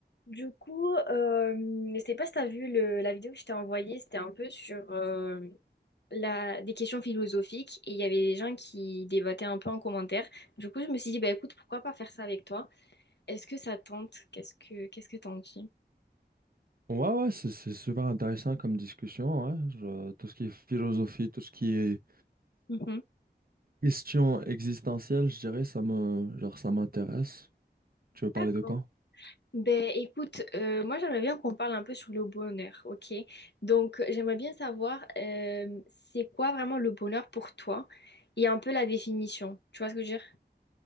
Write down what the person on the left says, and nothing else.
Du coup, euh, je sais pas si t'as vu le- la vidéo que je t'ai envoyée, c'était un peu sur euh, la, des questions philosophiques et il y avait des gens qui débattaient un peu en commentaire. Du coup, je me suis dit, bah écoute, pourquoi pas faire ça avec toi? Est-ce que ça tente? Qu'est-ce que qu'est-ce que t'en dis?
Mhm.
D'accord.
Ben écoute, euh, moi j'aimerais bien qu'on parle un peu sur le bonheur, ok? Donc j'aimerais bien savoir euh, c'est quoi vraiment le bonheur pour toi et un peu la définition. Tu vois ce que je veux dire?